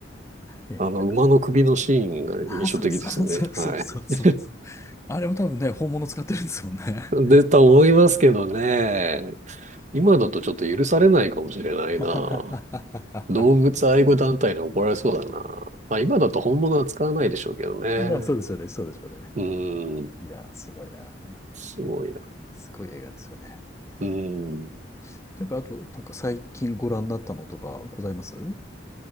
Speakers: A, on the left (about 15°); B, on the right (about 40°).
A: ええ、
B: あの、馬の首のシーンが印象的ですね。
A: <laughs> あ、そうそう <laughs> そうそうそうそうそう。
B: はい。<laughs>
A: あれも多分ね、本物使ってるんですもんね。
B: で、と思いますけどね。
A: <laughs>
B: 今だとちょっと許されないかもしれないな。
A: いや。<laughs>
B: 動物愛護団体に怒られそうだな。まあ今だと本物は使わないでしょうけどね。
A: まあ、そうでしょうね、そうでしょうね。
B: うん。
A: いや、すごいな。
B: すごいな。
A: すごい映画ですよね。
B: うん。
A: うんなんか、あと、なんか最近ご覧になったのとかございますう